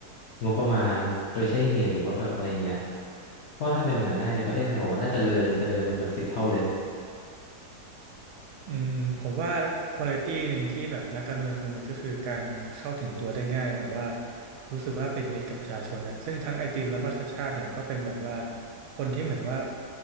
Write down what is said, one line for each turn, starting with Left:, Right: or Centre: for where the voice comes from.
Left: งบประมาณโดยใช่เหตุหรือว่าแบบอะไรเงี้ยเพราะว่าถ้าเป็นอย่างนั้นได้ในประเทศไทยผมว่าน่าจะเจริญเจริญเป็นแบบสิบเท่าเลย
Right: อืมผมว่าคุณภาพหนึ่งที่แบบนักการเมืองควรมีก็คือการเข้าถึงตัวได้ง่ายแบบว่ารู้สึกว่าเป็นมิตรกับประชาชนอ่ะซึ่งทั้งไอติมแล้วก็ชาติชาติเนี่ยก็เป็นแบบว่าคนที่เหมือนว่า